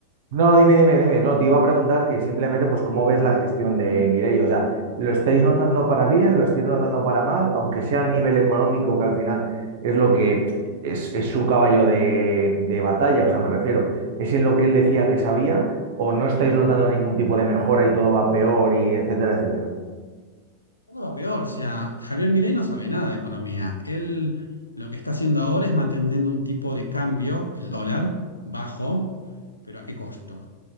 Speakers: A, on the right (about 55°); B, on the left (about 85°).
A: No, dime, dime, dime. No, te iba a preguntar que simplemente, pues, ¿cómo ves la gestión de Mireia? O sea, ¿lo estáis notando para bien? ¿Lo estáis notando para mal? Aunque sea a nivel económico, que al final es lo que es, es su caballo de, de batalla, o sea, me refiero, ¿es en lo que él decía que sabía? ¿O no estáis notando ningún tipo de mejora y todo va peor y etcétera, etcétera?
B: Todo va peor, o sea, Javier Milei no sabe nada de economía. Él lo que está haciendo ahora es manteniendo un tipo de cambio, el dólar, bajo, pero ¿a qué costo?